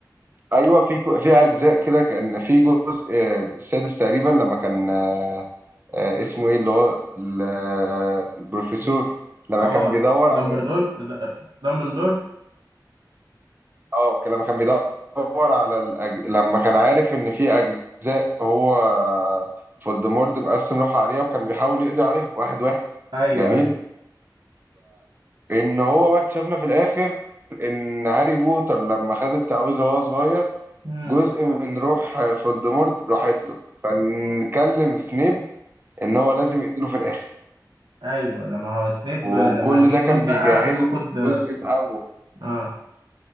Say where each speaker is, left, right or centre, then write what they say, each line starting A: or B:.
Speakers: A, on the right; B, on the right.
A: ايوه في كو- في اجزاء كده كان في جزء آه، السادس تقريبا لما كان آه، آه،
B: مم.
A: اسمه ايه اللي هو ال- آه، البروفيسور لما
B: اه
A: كان بيدور على
B: دامبلدور د- دامبلدور
A: اه كان لما كان بيدور على الأج... لما كان عارف ان في اجزاء هو فولدمورت مقسم روحه عليها وكان بيحاول يقضي عليها واحد واحد
B: ايوه
A: جميل
B: ايوه
A: فان هو بقى اكتشفنا في الاخر ان هاري بوتر لما خد التعويذه وهو صغير
B: امم
A: جزء من روح فولدمورت راحت له فنكلم سنيب ان هو لازم يقتله في الاخر
B: ايوه لما هو سنيب
A: وكل
B: لما جه
A: ده كان
B: يموت بقى
A: بيجهزه
B: قال له
A: من
B: خد
A: الجزء الاول
B: اه